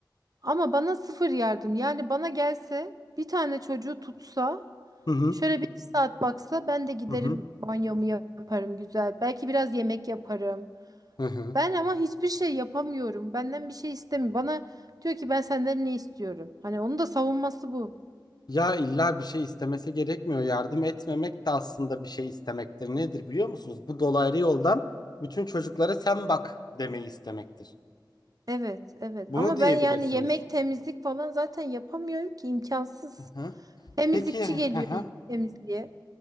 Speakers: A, on the right; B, on the left.
A: Ama bana sıfır yardım. Yani bana gelse bir tane çocuğu tutsa
B: Hı hı.
A: Şöyle bir iki saat baksa ben de giderim
B: Hı hı.
A: banyomu yaparım güzel. Belki biraz yemek yaparım.
B: Hı hı.
A: Ben ama hiçbir şey yapamıyorum. Benden bir şey istemiyor. Bana diyor ki ben senden ne istiyorum? Hani onun da savunması bu.
B: Ya illa bir şey istemesi gerekmiyor. Yardım etmemek de aslında bir şey istemektir. Nedir biliyor musunuz? Bu dolaylı yoldan bütün çocuklara sen bak demeyi istemektir.
A: Evet, evet.
B: Bunu
A: Ama
B: diyebilirsiniz.
A: ben yani yemek, temizlik falan zaten yapamıyorum ki imkansız.
B: Hı hı.
A: Temizlikçi
B: Peki.
A: geliyor
B: Hı hı.
A: temizliğe.